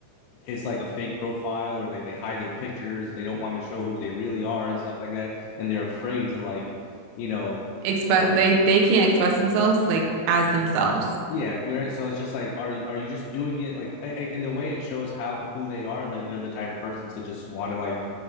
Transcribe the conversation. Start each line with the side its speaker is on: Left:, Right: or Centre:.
Left: it's like a fake profile or like they hide their pictures, they don't want to show who they really are and stuff like that. And they're afraid to like, you know,
Right: Express,
Left: uh
Right: they, they can't express themselves like as themselves.
Left: Yeah, you're right. So it's just like, are you are you just doing it like I, I, in the way it shows how who they are? They're they're the type of person to just want to like